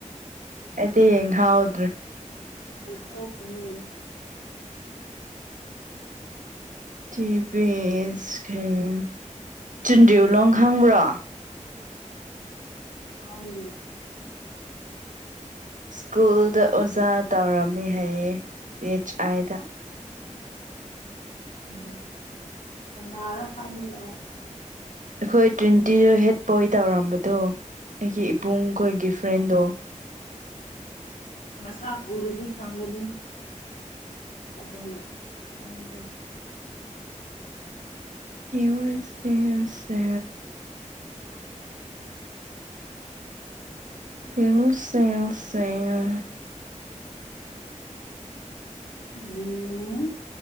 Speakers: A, on the right; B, on the left.
A: ꯑꯩꯗꯤ ꯌꯦꯡꯍꯥꯎꯗ꯭ꯔꯦ
B: ꯑꯗꯨ ꯊꯣꯛꯄꯅꯦ
A: ꯇꯤꯕꯤꯁ ꯁ꯭ꯀ꯭ꯔꯤꯟ ꯇ꯭ꯌꯨꯟꯗꯤꯎꯂꯣꯡ ꯈꯪꯕ꯭ꯔꯣ
B: ꯈꯪꯗꯦ
A: ꯁ꯭ꯀꯨꯜꯗ ꯑꯣꯖꯥ ꯇꯧꯔꯝꯃꯦ ꯍꯥꯏꯌꯦ ꯁꯤ ꯑꯩꯆ ꯑꯥꯏꯗ
B: ꯎꯝ ꯀꯥꯅꯔ ꯈꯪꯗꯦ ꯑꯥꯏ
A: ꯑꯈꯣꯏ ꯇ꯭ꯋꯦꯟꯇꯤꯗ ꯍꯦꯠ ꯕꯣꯏ ꯇꯧꯔꯝꯕꯗꯣ ꯑꯩꯒꯤ ꯏꯕꯨꯡꯈꯣꯏꯒꯤ ꯐ꯭ꯔꯦꯟꯗꯣ
B: ꯃꯁꯥꯛ ꯎꯔꯗꯤ ꯈꯪꯒꯅꯤ ꯑꯗꯣ ꯈꯪꯗ꯭ꯔꯦ
A: ꯌꯨ ꯑꯦꯁ ꯑꯦ ꯁꯦ <unintelligible>
B: ꯎꯝ